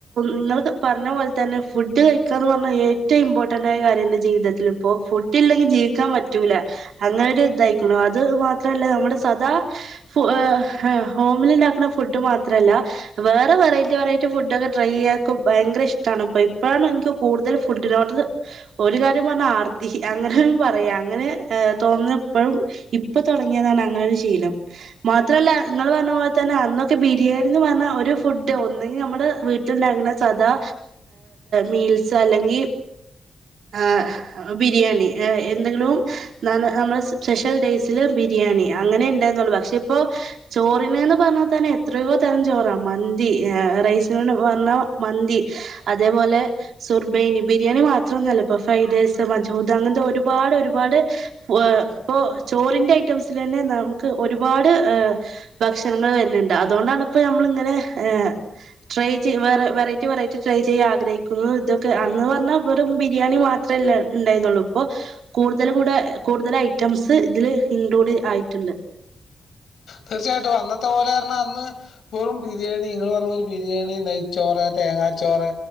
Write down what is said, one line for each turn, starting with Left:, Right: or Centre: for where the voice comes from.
Right: നിങ്ങള് പറഞ്ഞ പോലെ തന്നെ ഫുഡ് കഴിക്കാന്ന് പറഞ്ഞാ ഏറ്റവും ഇമ്പോർട്ടന്റ് ആയ കാര്യം എന്റെ ജീവിതത്തിൽ ഇപ്പോ ഫുഡ് ഇല്ലെങ്കിൽ ജീവിക്കാൻ പറ്റൂല അങ്ങനെ ഒരു ഇതായിരിക്കണു അത് മാ ത്രല്ല നമ്മുടെ സദാ ഫു ഏ ഹോമിൽ ഉണ്ടാക്കണ ഫുഡ് മാത്രല്ല വേറെ വെറൈറ്റി വെറൈറ്റി ഫുഡക്കെ ട്രൈ ചെയ്യക്കെ ഭയങ്കര ഇഷ്ടണ് ഇപ്പ ഇപ്പോഴാണ് എനിക്ക് കൂടുതൽ ഫുഡിനോട് ഒരു കാര്യം പറഞ്ഞ ആർത്തി അങ്ങനെ പറയാ അങ്ങനെ തോന്നുന്ന ഇപ്പഴും ഇപ്പ തുടങ്ങിയതാണ് അങ്ങനെ ഒരു ശീലം മാത്രമല്ല നിങ്ങൾ പറഞ്ഞ പോലെ തന്നെ അന്നൊക്കെ ബിരിയാണിന്ന് പറഞ്ഞ ഒരു ഫുഡ് ഒന്നെങ്കിൽ നമ്മുടെ വീട്ടിലുണ്ടാക്കുന്ന സദാ മീൽസ് അല്ലെങ്കിൽ ഏ ബിരിയാണി എന്തെങ്കിലും നമ്മ സ്പെഷ്യൽ ഡേയ്‌സ് ത്തില് ബിരിയാണി അങ്ങനെ ഇണ്ടന്നുള്ളു പക്ഷെ ഇപ്പോ ചോറിനന്ന് പറഞ്ഞാൽ തന്നെ എത്രയോ തരം ചോറാ മന്തി റൈസിനന്ന് പറഞ്ഞാ മന്തി അതേപോലെ സുർബെനി ബിരിണി മാ ത്രൊന്നല്ല ഇപ്പൊ ഫ്രൈഡേഴ്സ് മജൂദ് അങ്ങനത്തെ ഒരുപാട് ഒരുപാട് പ്പോ ഇപ്പൊ ചോറിന്റെ ഐറ്റംസിൽ തന്നെ നമുക്ക് ഒരുപാട് ഹ് ഭക്ഷണങ്ങൾ വരുന്നുണ്ട് അതുകൊണ്ടാണ് ഇപ്പോ നമ്മൾ ഇങ്ങനെ ഏ ട്രൈ ചെയ വറെ വെറൈറ്റി വെറൈറ്റി ട്രൈ ചെയ്യാൻ ആഗ്രഹിക്കുന്നു ഇതൊക്കെ അന്ന് പറഞ്ഞാൽ വെറും ബിരിയാണി മാത്രല്ല ഉണ്ടായിരുന്നുള്ളൂ ഇപ്പൊ കൂടുതൽ കൂടെ കൂടുതൽ ഐറ്റംസ് ഇതില് ഇൻക്ലൂഡ് ആയിട്ടുണ്ട്
Left: തീർച്ചയായിട്ടും അന്നത്തെ പോലെ ർഞ്ഞ അന്ന് വെറും ബിരിയാണി നിങ്ങള് പറഞ്ഞ മാതിരി ബിരിയാണി നെയ്ച്ചോറ് തേങ്ങാച്ചോറ്